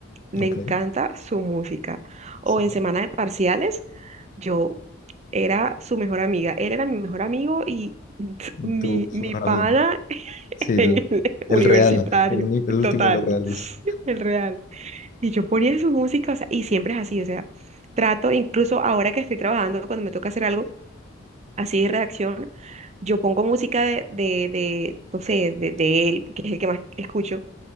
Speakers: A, on the right (about 35°); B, on the left (about 40°).
A: me
B: ok,
A: encanta su música.
B: sí.
A: O en semana de parciales, yo era su mejor amiga. Él era mi mejor amigo y <laughs>
B: Y
A: mi,
B: Tú, su
A: mi
B: mejor
A: pana
B: amigo.
A: <laughs>
B: Sí, el,
A: en el universitario,
B: el real, el, uni- el último
A: total,
B: de los reales.
A: <laughs> el real. Y yo ponía su música, o sea, y siempre es así, o sea, trato, incluso ahora que estoy trabajando, cuando me toca hacer algo así de redacción, yo pongo música de, de, de, no sé, de, de él, que es el que más escucho,